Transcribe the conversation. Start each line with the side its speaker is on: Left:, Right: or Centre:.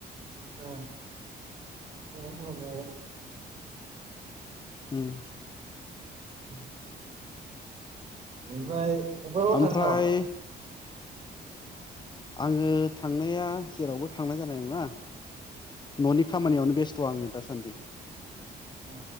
Right: ओ नंगौ नंनायालाय
Left: उम
Right: उम ओमफ्राय अबेबाफोर
Left: ओमफ्राय
Right: थांगोन नामा?
Left: आङो थांनाया जेरावबो थांनाय जानाय नङा? न'नि खामानियावनो बेस थ' आङो दासान्दि।
Right: औ